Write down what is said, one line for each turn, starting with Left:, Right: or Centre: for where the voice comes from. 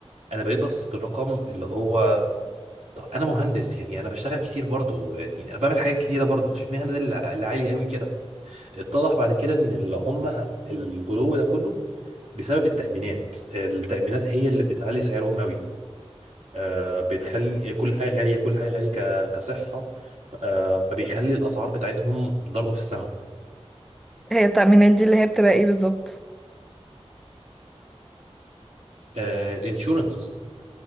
Right: انا بقيت ببسط الرقم اللي هو طب انا مهندس يعني انا بشتغل كتير برضه يعني انا بعمل حاجات كتيره برضه اشمعنى ده اللي اللي عالي قوي كده اتضح بعد كده ان اللي هم الغلو ده كله بسبب التأمينات التأمينات هي اللي بتعلي سعرهم قوي آه، بتخلي كل حاجة غالية كل حاجة غالية ك- كصحة آه، فبيخلي الأسعار بتاعتهم ضربة في السماء
Centre: هي التأمينات دي اللي هي بتبقى ايه بالظبط
Right: آه، الانشورنس